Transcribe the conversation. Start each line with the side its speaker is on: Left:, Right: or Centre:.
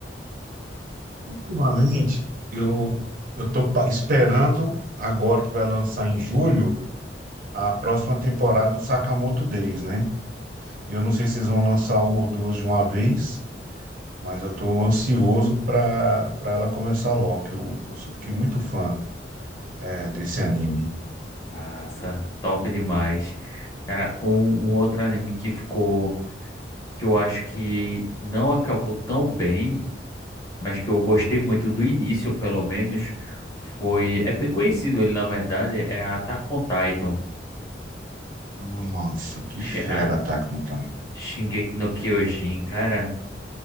Right: Ultimamente, eu eu tô pa- esperando agora que vai lançar em julho a próxima temporada do Sakamoto Days, né? Eu não sei se vocês vão lançar uma ou duas de uma vez, mas eu tô ansioso para para ela começar logo, que eu, que eu sou- fiquei muito fã. é, desse anime.
Left: Massa, top demais. Cara, um, um outro anime que ficou que eu acho que não acabou tão bem, mas que eu gostei muito do início, pelo menos, foi. É bem conhecido ele, na verdade, é Attack on Titan,
Right: Nossa, que
Left: Shi-
Right: fera
Left: a
Right: tá on Titan.
Left: Shingeki no Kyojin, cara.